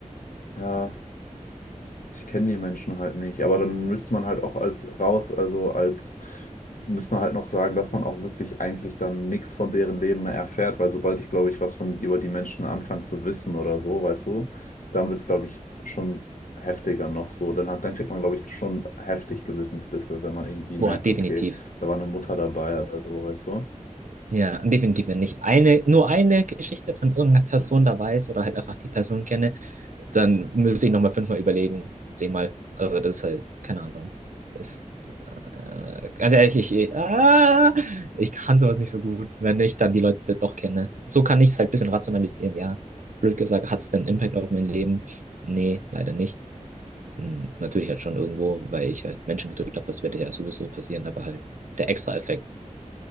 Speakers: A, on the left; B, on the right.
A: ja. Ich kenne die Menschen halt nicht, aber dann müsste man halt auch als raus, also als müsste man halt noch sagen, dass man auch wirklich eigentlich dann nichts von deren Leben mehr erfährt, weil sobald ich, glaube ich, was von über die Menschen anfange zu wissen oder so, weißt du, dann wird es, glaube ich, schon heftiger noch so. Dann hat, dann kriegt man, glaube ich, schon heftig Gewissensbisse, wenn man irgendwie
B: boah,
A: merkt,
B: definitiv.
A: okay, da war eine Mutter dabei oder so, weißt du?
B: Ja, definitiv, wenn ich eine, nur eine Geschichte von irgendeiner Person da weiß oder halt einfach die Person kenne, dann müsste ich nochmal fünfmal überlegen, zehnmal. Also das ist halt, keine Ahnung. Ist, äh, ganz ehrlich, ich, ah, ich kann sowas nicht so gut, wenn ich dann die Leute doch kenne. So kann ich es halt ein bisschen rationalisieren, ja. Blöd gesagt, hat es denn Impact auf mein Leben? Nee, leider nicht. Hm, natürlich halt schon irgendwo, weil ich halt Menschen getötet habe, das wird ja sowieso passieren, aber halt der Extra-Effekt